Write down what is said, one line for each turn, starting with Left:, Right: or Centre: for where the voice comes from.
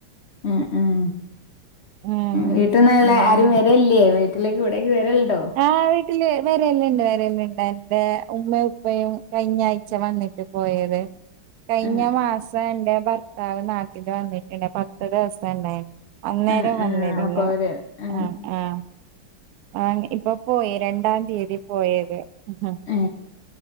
Left: ഉം ഉം
Right: ഉം
Left: വീട്ട്ന്നല്ലെ
Right: അങ്ങനെ
Left: ആരും വെരോല്ല ല്ലേ വീട്ട്ലേക്ക് ഇവിടേക്ക് വെരല്ണ്ടോ?
Right: ആഹ് വീട്ടില് വരല്ണ്ട് വരല്ണ്ട്. എന്റെ ഉമ്മയും, ഉപ്പയും കഴിഞ്ഞാഴ്ച വന്നി ട്ട് പോയത്. കഴിഞ്ഞ
Left: ആ
Right: മാസം എന്റെ ഭർത്താവ് നാട്ടില് വന്നിട്ട്ണ്ട് അപ്പ ഒരൂസണ്ടായ്ന്. അന്നേരം
Left: ആ ആ ആ
Right: വന്നിരുന്നു
Left: അപ്പൊ അവര് ആ
Right: ആഹ് ആഹ് ആഹ് ഇപ്പൊ പോയി, രണ്ടാം തീയതി പോയത് ആഹ്
Left: ഉ